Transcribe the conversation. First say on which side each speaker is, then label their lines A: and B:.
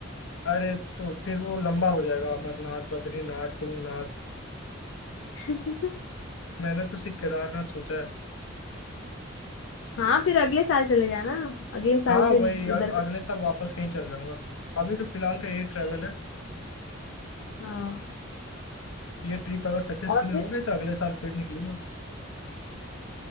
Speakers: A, on the left (about 80°); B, on the left (about 65°).
A: अरे तो फिर वो लंबा हो जाएगा अमरनाथ बद्रीनाथ तुंगनाथ
B: <laughs>
A: मैंने तो सिर्फ केदारनाथ सोचा है
B: हाँ फिर अगले साल चले जाना अगले साल
A: हाँ
B: फिर
A: वही अ-
B: उधर का
A: अगले साल वापस कहीं चल जाऊंगा अभी तो फिलहाल का यही ट्रैवल है
B: हाँ
A: ये ट्रिप अगर सक्सेसफुल
B: और फिर
A: हो गई तो अगले साल फिर निकलूंगा